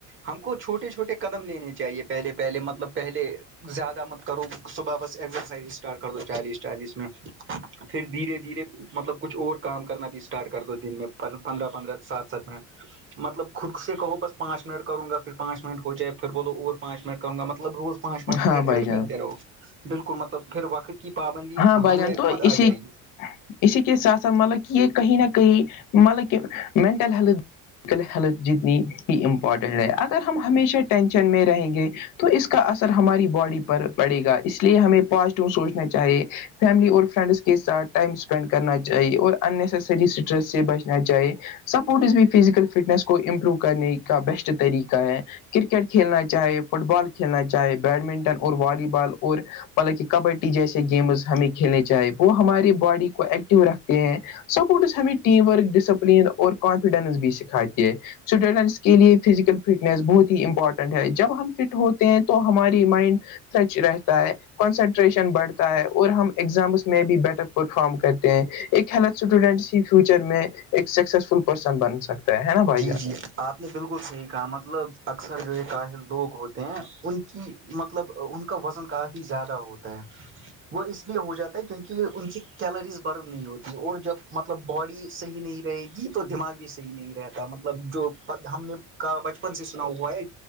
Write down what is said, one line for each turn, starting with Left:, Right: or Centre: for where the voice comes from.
Right: ہم کو چھوٹے چھوٹے قدم لینے چاہیے پہلے پہلے مطلب پہلے زیادہ مت کرو صبح بس ایکزرسائز اسٹارٹ کر دو چالیس چالیس منٹ پھر دھیرے دھیرے مطلب کچھ اور کام کرنا بھی اسٹارٹ کر دو دن میں پندرہ پندرہ سات سات منٹ مطلب خود سے کہو بس پانچ منٹ کروں گا پھر پانچ منٹ ہو جائے پھر بولو اور پانچ منٹ کروں گا مطلب رز پانچ پانچ منٹ
Left: ہاں بھائی
Right: ایڈ
Left: جان
Right: کرتے رہو بالکل مطلب پھر وقت کی پابندی
Left: ہاں بھائی
Right: ہمیں
Left: جان تو
Right: خود آ
Left: اسی
Right: جائے گی
Left: اسی کے ساتھ ساتھ مطلب کہ یہ کہیں نہ کہیں مطلب کہ مینٹل ہیلتھ آج کل حالت جتنی ہی امپورٹنٹ ہے اگر ہم ہمیشہ ٹینشن میں رہیں گے تو اس کا اثر ہماری باڈی پر پڑے گا اس لیے ہمیں پازیٹو سوچنے چاہے فیملی اور فرینڈس کے ساتھ ٹائم اسپینڈ کرنا چاہے اور اننیسسری ڈرس سے بجنا جائے سپورٹس بھی فزیکل فٹنس کو امپروو کرنے کا بیسٹ طریقہ ہے کرکٹ کھیلنا چاہے فٹ بال کھیلنا چاہے بیڈمنٹن اور والی بال اور مطلب کہ کبڈی جیسے گیمز ہمیں کھیلنے چاہے وہ ہماری باڈی کو ایکٹیو رکھتے ہیں سپورٹس ہمیں ٹیم ورک ڈسپلن اور کانفیڈنس بھی سکھاتی ہے اسٹوڈنٹس کے لیے فزیکل فٹنیس بہت ہی امپورٹنٹ ہے جب ہم فٹ ہوتے ہیں تو ہماری مائنڈ سچ رہتا ہے کانسنٹریشن بڑھتا اور ہم ایگزامس میں بھی بیٹر پرفارم کرتے ہیں ایک ہیلتھ اسٹوڈنٹ فیوچر میں ایک سکسسفل پرسن بن سکتا ہے نا بھائی
Right: جی
Left: جان
Right: جی آپ نے بالکل صحیح کہا مطلب اکثر جو ہے کاہل لوگ ہوتے ہیں ان کی مطلب ان کا وزن کافی زیادہ ہوتا ہے وہ اس لیے ہو جاتا ہے کیونکہ ان کی کیلریز برن نہیں ہوتی اور جب مطلب باڈی صحیح نہیں رہی یہ تو دماغ بھی صحیح نہیں رہتا مطلب جو ہم نے بچپن سے سنا ہوا ہے